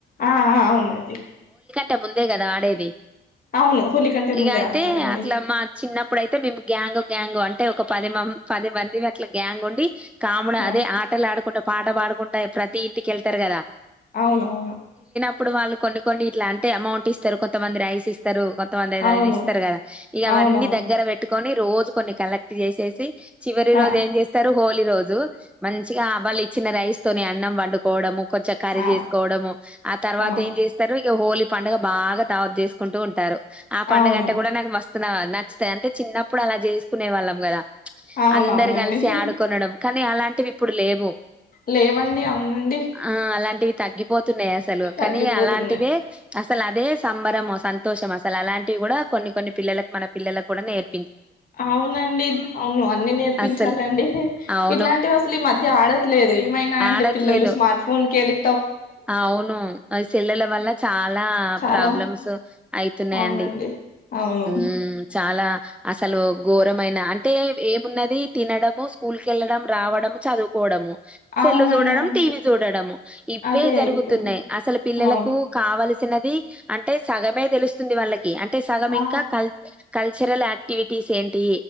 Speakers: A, on the left (about 45°); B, in the centre.
A: ఆఆ అవునండి
B: ట ముందే కదా ఆడేది
A: అవును హోలీ కంటే
B: ఇగ
A: ముందే
B: అయితే
A: ఆడతారండి
B: అట్ల మా చిన్నప్పుడుయితే మేము గ్యాంగ్ గ్యాంగ్ అంటే ఒక పది మం పది మందిమి అట్ల గ్యాంగ్ ఉండి కాముడా
A: ఆ
B: అదే ఆటలు ఆడుకుంటా పాట పాడుకుంటా ప్రతి ఇంటికేళ్తారు కదా
A: అవునవును
B: ఇప్పుడు వాళ్ళు కొన్ని కొన్ని ఇట్లా అంటే అమౌంట్ ఇస్తారు కొంతమంది రైస్ ఇస్తారు తో వంద ఐదైది
A: అవును
B: ఇస్తారు కదా ఇగ అవన్నీ
A: అవునవును
B: దగ్గర పెట్టుకొని రోజు కొన్ని కలెక్ట్ చేసేసి చివరి
A: ఆ
B: రోజు ఏం చేస్తారు హోలీ రోజు మంచిగా ఆ వాళ్ళు ఇచ్చిన రైస్‌తోని అన్నం వండుకోవడము కొచ్చ కారీ
A: ఆ
B: చేసుకోవడము ఆ తర్వాత
A: అవును
B: ఏం చేస్తారు ఇగ హోలీ పండగ బాగా ధవత్ చేసుకుంటూ ఉంటారు ఆ పండగ
A: అవును
B: అంటే కూడా నాకు మస్త్ నా నచ్చు తాయ్ అంటే చిన్నప్పుడు అలా చేసుకునే వాళ్ళం కదా
A: అవునవునండి
B: అందరు కలిసి ఆడుకోనడం కానీ అలాం టివి ఇప్పుడు లేవు
A: లేవండి అవునండి
B: ఆ అలాంటివి తగ్గిపోతున్నాయి అసలు కానీ
A: తగ్గిపోతున్నాయి
B: అలాంటివే అసలు అదే సంబరము సంతోషం అసలు అలాంటివి కూడా కొన్ని కొన్ని పిల్లలకు మన పిల్లలకు కూడా నేర్చి
A: అవునండి అవును అన్ని నేర్పించాలండి
B: అస్సలు అవును
A: ఇట్లాంటివి అసలు ఈ మ ధ్య ఆడట్లేదు ఏమైనా అంటే
B: ఆడట్లేదు
A: పిల్లలు స్మార్ట్ ఫోన్‌కి అడి
B: అవును ఆ సెల్యుల వల్ల చాలా
A: చాలా
B: ప్రాబ్లమ్స్ అయితున్నాయండి
A: అవునండి అవును
B: ఉమ్మ్ చాలా అసలు ఘోరమైన అంటే ఏమున్నది తినడము స్కూల్ కేళ్ళడం రావడము చదువుకోవడము సెల్లు
A: అవునండి
B: చూడడం
A: అంతే
B: టీవీ చూడడము ఇవే
A: అదే
B: జరుగుతున్నాయి
A: అయిపోతుంది
B: అసలు పిల్లలకు
A: అవును
B: కావాల్సి చిన్నది అంటే సగమే తెలుస్తుంది వాళ్ళకి అంటే సగం
A: ఆ
B: ఇంక కాల్ కాల్ ల్చరల్ యాక్టివిటీస్ ఏంటి